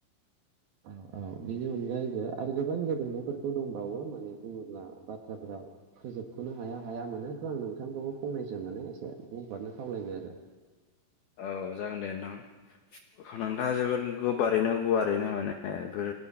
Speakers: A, on the right; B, on the left.
A: औ औ औ बेनि अनगायैबो आरो गोबां गेदेंनायफोरखौ दंबावो माने बुङोब्ला बाथ्राफोरा फोजोब ख'नो हाया हाया मोन थ' आं नोंथांखौबो फंनैसो माने एसे बुंहरनो खावलायबाय आरो
B: औ जागोन दे नोंथां नोंथाङा जोबोद गोबारैनो गुवार रैनो माने बेफोर